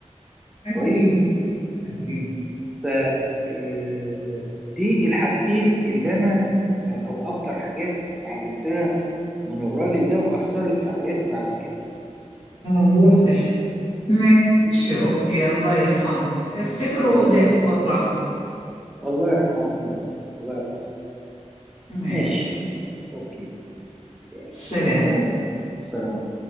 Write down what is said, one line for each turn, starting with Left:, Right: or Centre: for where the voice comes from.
Left: أكيد
Centre: كويس
Left: أكيد
Centre: ف آه، دي الحاجتين اللي انا آه، او اكتر حاجات اتعلمتها من الراجل ده واثرت في حياتي بعد كده
Left: آه واضح ماشي أوكي الله يرحمه افتكروا
Centre: الله
Left: دايما بالرحمة
Centre: الله يرحمه يا رب الله يرحمه
Left: ماشي
Centre: ماشي اوكي يلا.
Left: سلام
Centre: سلام سلام